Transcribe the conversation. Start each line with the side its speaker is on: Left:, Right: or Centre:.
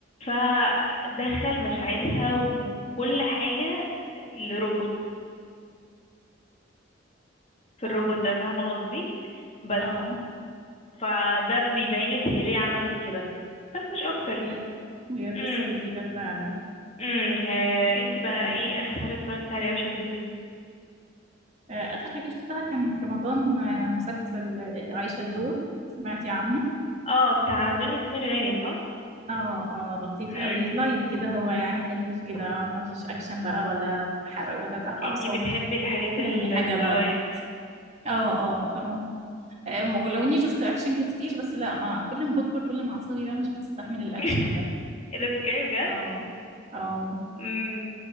Left: فدخل مشاعرها وكل حاجة لروبوت
Right: <laughs>
Left: في الروبوت
Right: اه
Left: ده فاهمة قصدي بس
Right: اه
Left: فده بيبين لك هي ليه عملت كده بس مش اكتر
Right: هي هي قصة
Left: امم
Right: جديدة فعلا
Left: امم ها- انتي بقى
Right: ايوه
Left: ايه اخر حاجة اتفرجت عليها وشدتك
Right: آه، اخر حاجة شفتها كان في رمضان آه، مسلسل آه، عايشة الدور سمعتي عنه
Left: اه بتاع دنيا سمير غانم صح
Right: اه اه لطيف
Left: امم
Right: قوي لايت كده هو يعني خفيف كده ما فيش اكشن بقى ولا حرق ولا تعب اعصاب
Left: انتي بتحبي الحاجات
Right: يعني
Left: ال-
Right: حاجه
Left: اللايت
Right: لايت اه اه اه أم، ولو اني شفت اكشن كتير بس لا ما كل ما بكبر كل ما اعصابي بقى مش بتستحمل الاكشن
Left: <laughs>
Right: ده
Left: ايه ده بتتكلمي بجد
Right: اه اه
Left: امم